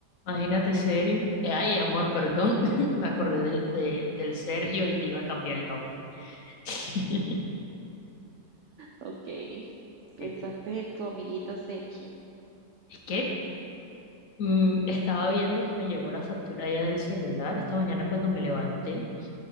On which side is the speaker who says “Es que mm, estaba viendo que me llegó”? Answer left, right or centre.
Left